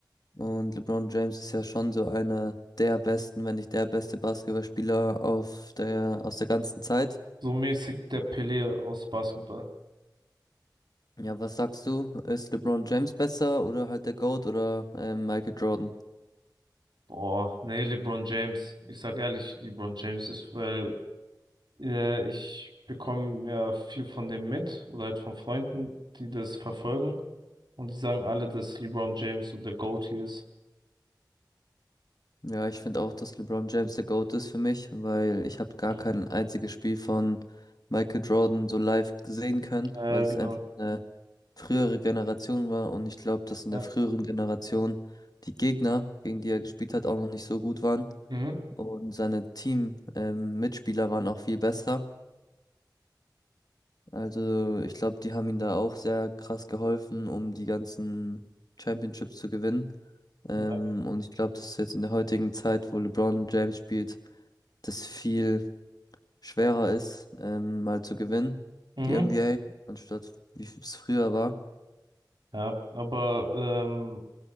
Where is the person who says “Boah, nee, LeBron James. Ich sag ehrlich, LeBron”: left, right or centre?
Right